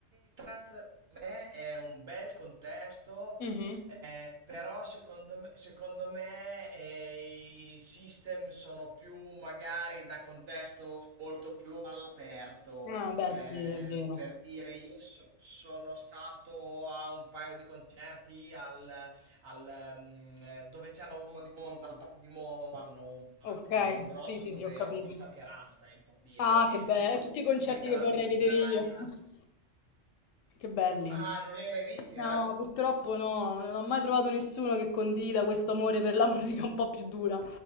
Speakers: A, on the right (about 55°); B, on the left (about 85°).
A: per me è un bel contesto
B: Mhm.
A: eh, però secondo me, secondo me, eh, i system sono più magari da contesto molto più all'aperto.
B: Ah, beh,
A: Eh,
B: sì, è vero.
A: per dire, io so- sono stato a un paio di concerti al, al, mm, eh, dove c'era un di Monza, al Parco di Monza, hanno un palco
B: Ok,
A: molto grosso
B: sì, sì,
A: dove
B: sì, ho capito.
A: ho visto anche Rammstein, per dire,
B: Ah,
A: che
B: che
A: è
B: bello,
A: stato
B: tutti i concerti
A: l'unica
B: che
A: data
B: vorrei
A: in
B: vedere
A: Italia.
B: io. <laughs> Che belli.
A: Ah, non li hai mai visti,
B: No,
A: Rammstein?
B: purtroppo no, non ho mai trovato nessuno che condivida questo amore per la <laughs> musica un po' più dura.